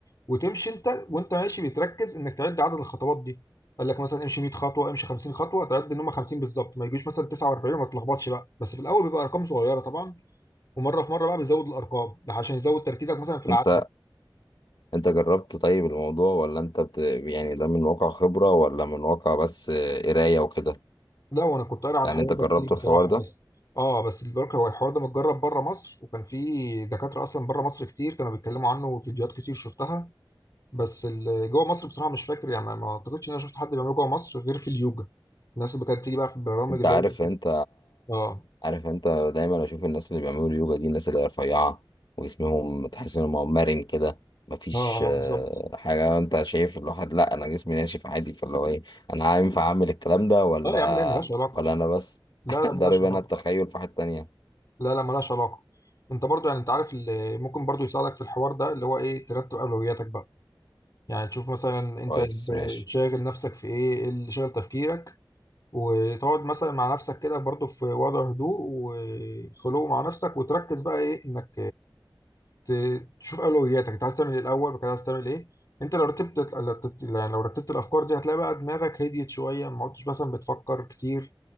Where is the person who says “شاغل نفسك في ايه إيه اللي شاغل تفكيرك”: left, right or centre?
Left